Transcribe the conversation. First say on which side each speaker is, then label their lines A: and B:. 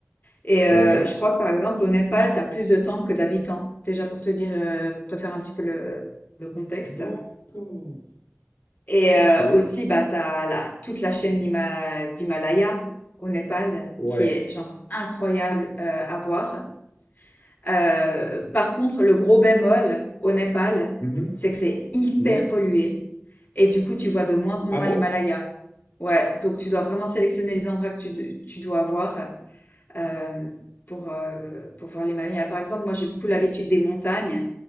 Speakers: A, on the left; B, on the left.
A: Et euh,
B: Ouais.
A: je crois que par exemple au Népal, t'as plus de temples que d'habitants. Déjà pour te dire, euh, pour te faire un petit peu le le contexte.
B: D'accord.
A: Et
B: Ok.
A: euh, aussi, bah, t'as la, toute la chaîne d'Hima- d'Himalaya au Népal
B: Ouais.
A: qui est genre incroyable euh, à voir. Euh, par contre, le gros bémol au Népal,
B: Mhm.
A: c'est que c'est hyper
B: Ouais.
A: pollué. Et du coup, tu vois de moins en
B: Ah
A: moins
B: bon?
A: l'Himalaya. Ouais, donc tu dois vraiment sélectionner les endroits que tu, tu dois voir euh, pour, euh, pour voir les Himalayas. Par exemple, moi, j'ai beaucoup l'habitude des montagnes.